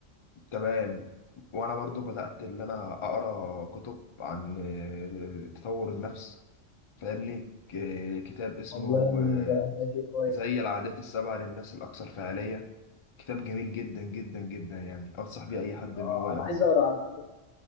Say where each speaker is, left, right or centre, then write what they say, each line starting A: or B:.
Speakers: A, on the left; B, on the left.
A: تمام وانا برضو بدات ان انا اقرا كتب عن آه، تطور النفس فاهمني ك- كتاب اسمه
B: والله
A: آه،
B: ده ده شيء كويس
A: زي العادات السبع للناس الاكثر فعاليه كتاب جميل جدا جدا جدا يعني انصح بيه اي حد
B: اه
A: ان هو يقراه
B: انا عايز اقرا على فكره